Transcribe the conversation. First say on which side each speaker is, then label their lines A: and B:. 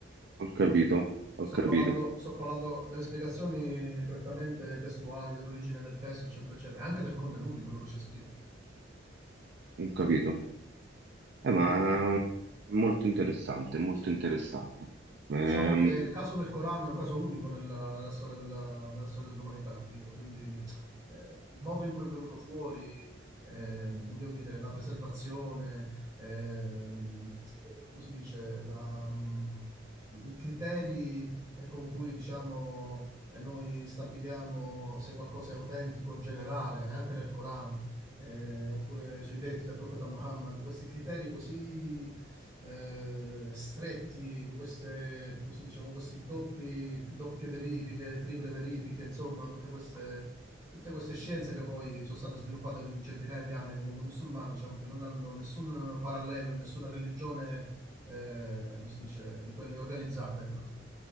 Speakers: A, on the right; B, on the right.
A: ho capito,
B: Sto
A: ho capito,
B: parlando, sto parlando delle spiegazioni prettamente testuali, dell'origine del testo, eccetera, eccetera, anche del contenuto di quello che c'è scritto.
A: ho capito. Eh, ma
B: Quindi,
A: è molto interessante, molto
B: sì.
A: interessante. Ehm,
B: Diciamo che il caso del Corano è un caso unico nella, nella storia della- nella storia dell'umanità, capito? Quindi eh, il modo in cui è venuto fuori, eh, come devo dire, la preservazione, ehm, eh, come si dice, la, mh, i criteri eh, con cui diciamo, eh, noi stabiliamo se qualcosa è autentico in generale, eh, anche nel Corano, eh, oppure sui detti del profeta Muhammad, questi criteri così eh, stretti, con queste, come si dice, con questi doppi, doppie verifiche, triple verifiche, insomma, tutte queste, tutte queste scienze che poi sono state sviluppate in centinaia di anni nel mondo musulmano, diciamo che non hanno nessun parallelo in nessuna religione, eh, come si dice, di quelle organizzate. ecco.